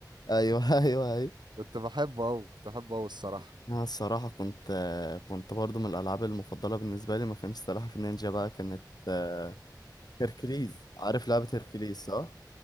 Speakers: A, on the left (about 60°); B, on the right (about 75°).
A: أيوه أيوه أيوه
B: كنت بحبه قوي كنت بحبه قوي الصراحة
A: أنا الصراحة كنت كنت برضو من الألعاب المفضلة بالنسبة لي ما كانتش سلاحف النينجا بقى كانت آه، هيركليز عارف لعبة هيركليز صح؟